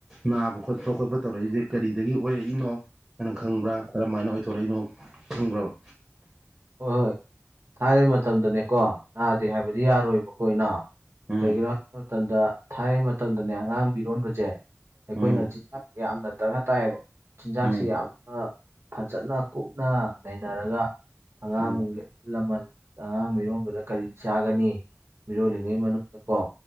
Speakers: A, on the right; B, on the right.
A: ꯅꯥꯕ ꯈꯣꯠꯄ ꯈꯣꯠꯄ ꯇꯧꯔꯛꯏꯁꯦ ꯀꯔꯤꯗꯒꯤ ꯑꯣꯏꯔꯛꯏꯅꯣ ꯍꯥꯏꯅ ꯈꯪꯕ꯭ꯔꯥ ꯀꯔꯝꯃ ꯍꯥꯏꯅ ꯑꯣꯏꯊꯣꯔꯛꯏꯅꯣ ꯈꯪꯕ꯭ꯔꯕ
B: ꯍꯣꯏ ꯍꯣꯏ ꯊꯥꯏꯅ ꯃꯇꯝꯗꯅꯦꯀꯣ ꯅꯥꯗꯦ ꯍꯥꯏꯕꯗꯤ ꯌꯥꯔꯣꯏꯕꯀꯣꯩꯅ
A: ꯎꯝ
B: ꯀꯩꯒꯤꯅꯣ ꯍꯥꯏꯕ ꯃꯇꯝꯗ ꯊꯥꯏꯅꯩ ꯃꯇꯝꯗꯅꯦ ꯑꯉꯥꯡꯕꯤꯔꯣꯟꯕꯁꯦ ꯑꯩꯈꯣꯏꯅ
A: ꯎꯝ
B: ꯌꯥꯝꯅ ꯗꯔꯀꯥꯔ ꯇꯥꯏꯌꯦꯕ ꯆꯤꯟꯖꯥꯛꯁꯤ
A: ꯎꯝ
B: ꯌꯥꯝꯅ ꯐꯖꯅ ꯀꯨꯞꯅ ꯅꯩꯅꯔꯒ ꯑꯉꯥꯡ
A: ꯎꯝ
B: ꯑꯍꯜ ꯂꯃꯟ ꯑꯉꯥꯡ ꯃꯤꯔꯣꯟꯕꯗ ꯀꯔꯤ ꯆꯥꯒꯅꯤ ꯃꯤꯔꯣꯜꯂꯤꯉꯩ ꯃꯅꯨꯡꯗꯀꯣ